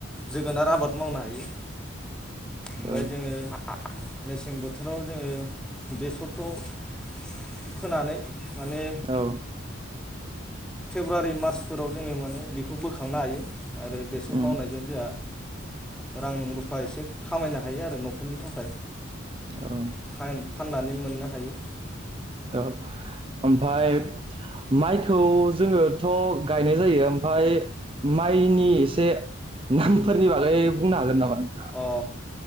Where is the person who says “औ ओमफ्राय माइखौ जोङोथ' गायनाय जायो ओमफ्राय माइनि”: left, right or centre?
Right